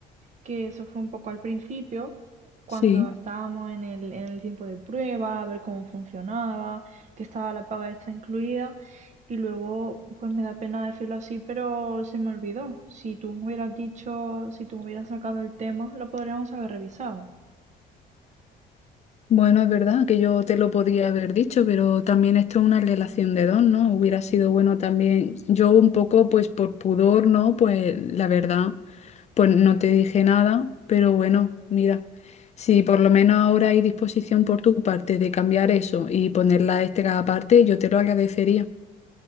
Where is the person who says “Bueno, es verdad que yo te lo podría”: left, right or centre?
Left